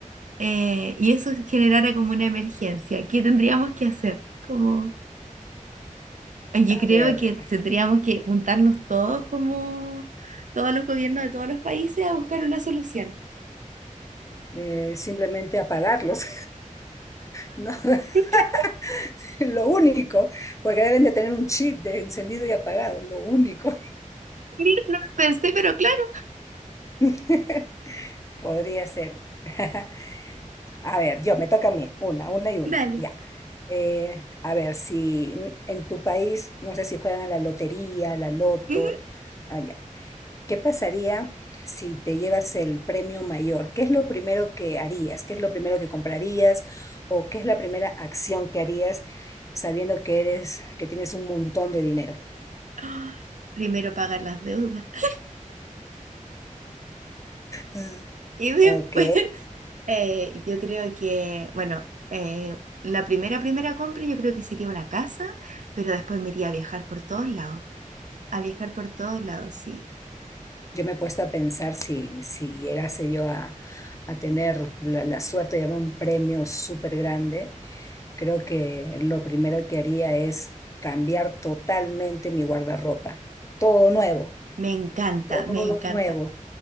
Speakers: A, on the right; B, on the left.
A: eh, y eso generara como una emergencia, ¿qué tendríamos que hacer? Como, yo
B: A
A: creo
B: ver,
A: que tendríamos que juntarnos todos como todos los gobiernos de todos los países a buscar una solución.
B: eh, simplemente apagarlos, <laughs> ¿no?
A: Sí,
B: <laughs>
A: claro,
B: Lo único, porque deben de tener un chip de encendido y apagado, lo único.
A: sí, no lo pensé, pero claro,
B: <laughs> Podría ser. <laughs> A ver, yo, me toca a mí, una, una y una,
A: dale.
B: ya. Eh, a ver, si en tu país, no sé si juegan a la lotería, a la loto,
A: Ujú.
B: allá ¿Qué pasaría si te llevas el premio mayor? ¿Qué es lo primero que harías? ¿Qué es lo primero que comprarías? ¿O qué es la primera acción que harías sabiendo que eres, que tienes un montón de dinero?
A: Ah, Primero pagar las deudas. <laughs>
B: Mm.
A: Y después,
B: Ok,
A: eh, yo creo que, bueno, eh, la primera, primera compra yo creo que sería una casa, pero después me iría a viajar por todos lados, a viajar por todos lados, sí.
B: yo me he puesto a pensar si, si llegase yo a, a tener la, la suerte de llevar un premio súper grande, creo que lo primero que haría es cambiar totalmente mi guardarropa, todo nuevo,
A: Me encanta,
B: todo
A: me encanta.
B: nuevo.